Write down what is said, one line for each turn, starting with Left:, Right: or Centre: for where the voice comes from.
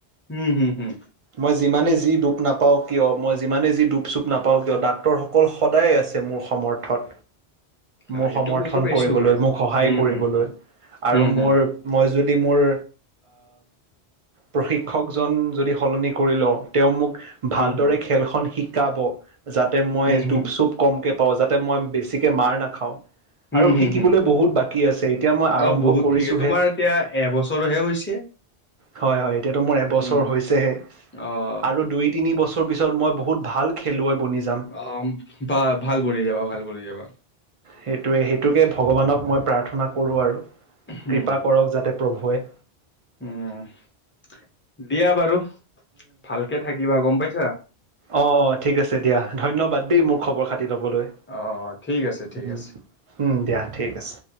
Left: হুম হুম হুম
Right: মই যিমানে যি দুখ নাপাওঁ কিয় মই যিমানে যি দুপ চুপ নাপাওঁ কিয় ডাক ডকক্তৰসকল সদায় আছে মোৰ সমৰ্থত। মোৰ
Left: অ', সেইটো
Right: সমৰ্থন
Left: বুজি পাইছোঁ
Right: কৰিবলৈ
Left: বাৰু।
Right: মোক সহায়
Left: হুম,
Right: কৰিবলৈ
Left: হুম, হুম,
Right: আৰু
Left: হুম,
Right: মোৰ
Left: হুম,
Right: মই যদি মোৰ প্ৰশিক্ষকজন যদি সলনি কৰি লওঁ। তেওঁ মোক ভালদৰে
Left: হুম, হুম।
Right: খেলখন শিকাব। তাতে মই
Left: উম,
Right: ডোপ
Left: হুম,
Right: চুপ কমকে পাওঁ যাতে মই বেছিকে মাৰ নাখাওঁ।
Left: হুম,
Right: আৰু
Left: হুম,
Right: শিকিবলৈ
Left: হুম,
Right: বহুত বাকী আছে এতিয়া মই আৰম্ভ
Left: অ', বহুত
Right: কৰিছোহে।
Left: ক্ৰিকেট তোমাৰ এতিয়া এবছৰহে হৈছে।
Right: হয় হয় এতিয়াতটো মোৰ এবছৰ
Left: উম
Right: হৈছেহে
Left: অ',
Right: আৰু দুই তিনি বছৰ পিছত মই বহুত ভাল খেলুৱৈ বনি যাম।
Left: অ বা ভাল বনি যাবা ভাল বনি যাবা।
Right: সেইটোৱে সেইটোকে ভগৱানক মই প্ৰাৰ্থনা কৰো আৰু
Left: উম।
Right: কৃপা কৰক যাতে প্ৰভুৱে।
Left: উম দিয়া বাৰু ভালকে থাকিবা গম পাইছা।
Right: অঁ অঁ ঠিক আছে দিয়া ধন্যবাদ দেই মোক খবৰ খাতি ল'বলৈ।
Left: অঁঁ ঠিক আছে ঠিক
Right: উম
Left: আছে।
Right: উম দিয়া ঠিক আছে।